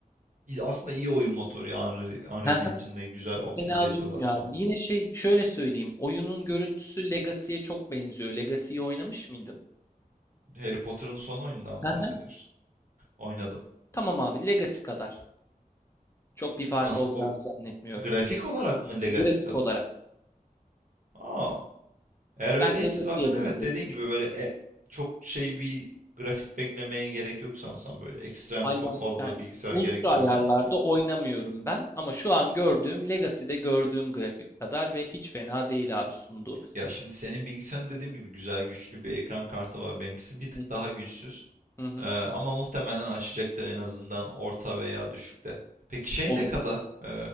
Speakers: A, on the right; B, on the left.
A: i- aslında iyi oyun motoru ya. Unreal, Unreal
B: <laughs>
A: Engine'de güzel optimize
B: fena
A: ediyorlar
B: durmuyor
A: çoğunlukla.
B: abi. Yine şey şöyle söyleyeyim. Oyunun görüntüsü Legacy'ye çok benziyor. Legacy'yi oynamış mıydın?
A: Harry Potter'ın son oyundan mı
B: Hı
A: bahsediyorsun.
B: hı.
A: Oynadım.
B: Tamam abi Legacy kadar. Çok bir farkı
A: Nasıl?
B: olacağını
A: O,
B: zannetmiyorum.
A: grafik olarak mı Legacy
B: Grafik
A: kadar?
B: olarak.
A: Aa. Eğer öyleyse
B: Ben Legacy'ye
A: zaten evet
B: benzettim.
A: dediğin gibi böyle e, çok şey bir grafik beklemeye gerek yok sanırsam böyle ekstrem
B: Hayvan
A: çok fazla
B: yani
A: bilgisayar
B: ultra
A: gereksinimi
B: ayarlarda
A: isteyen.
B: oynamıyorum ben ama şu an gördüğüm Legacy'de gördüğüm grafik kadar ve hiç fena değil abi sunduğu.
A: Ya şimdi senin bilgisayarın dediğim gibi güzel güçlü bir ekran kartı var. Benimkisi bir tık
B: Hı
A: daha güçsüz.
B: hı hı.
A: Ee, ama muhtemelen açacaktır en azından orta veya düşükte. Peki şey
B: Olabilir.
A: ne kadar? Ee,